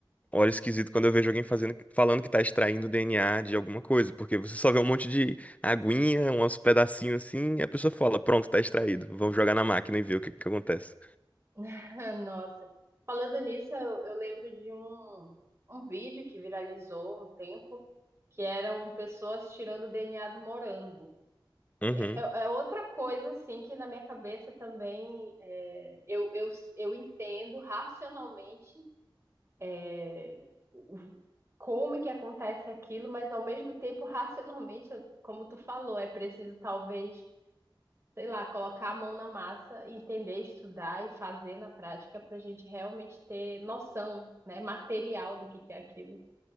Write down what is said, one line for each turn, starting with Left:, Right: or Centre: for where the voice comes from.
Left: olho esquisito quando eu vejo alguém fazendo, falando que tá extraindo DNA de alguma coisa, porque você só vê um monte de aguinha, uns pedacinhos assim, e a pessoa fala, pronto, tá extraído. Vamos jogar na máquina e ver o que que acontece.
Right: <laughs> Nossa, falando nisso, eu, eu lembro de um, um vídeo que viralizou um tempo, que eram pessoas tirando o DNA do morango.
Left: Uhum.
Right: Que é, é outra coisa, assim, que na minha cabeça também é, eu, eu, eu entendo racionalmente é, o- como que acontece aquilo, mas ao mesmo tempo, racionalmente, como tu falou, é preciso talvez sei lá, colocar a mão na massa, entender, estudar e fazer na prática para a gente realmente ter noção, né, material do que que é aquilo.